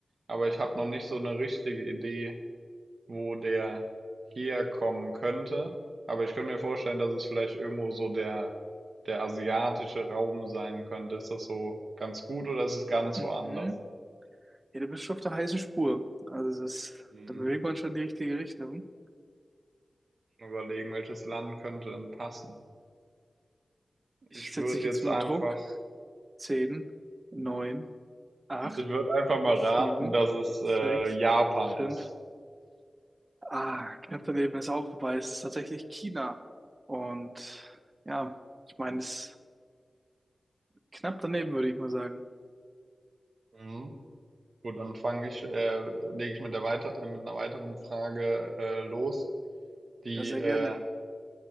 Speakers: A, on the right; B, on the right.
A: Aber ich habe noch nicht so eine richtige Idee, wo der herkommen könnte. Aber ich könnte mir vorstellen, dass es vielleicht irgendwo so der der asiatische Raum sein könnte. Ist das so ganz gut oder ist es ganz
B: Mhm.
A: woanders?
B: Ja, du bist schon auf der heißen Spur. Also das,
A: Mhm.
B: da bewegt man schon in die richtige Richtung.
A: Mal Überlegen, welches Land könnte denn passen?
B: Ich
A: Ich
B: setze
A: würde
B: dich jetzt
A: jetzt
B: unter
A: einfach,
B: Druck. Zehn, neun, acht,
A: ich würde einfach mal
B: sieben,
A: raten, dass es äh,
B: sechs,
A: Japan
B: fünf,
A: ist.
B: Ah, knapp daneben ist auch vorbei. Es ist tatsächlich China. Und ja, ich meine, es ist knapp daneben, würde ich mal sagen.
A: Mhm. Gut, dann fange ich, äh, lege ich mit der weiter, äh, mit einer weiteren Frage äh, los, die
B: Ja, sehr
A: äh,
B: gerne.